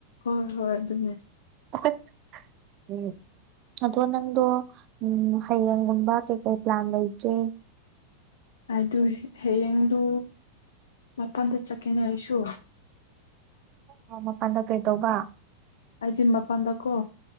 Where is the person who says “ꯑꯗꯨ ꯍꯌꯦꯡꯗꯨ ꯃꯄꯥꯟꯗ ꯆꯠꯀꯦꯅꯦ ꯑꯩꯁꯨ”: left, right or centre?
Left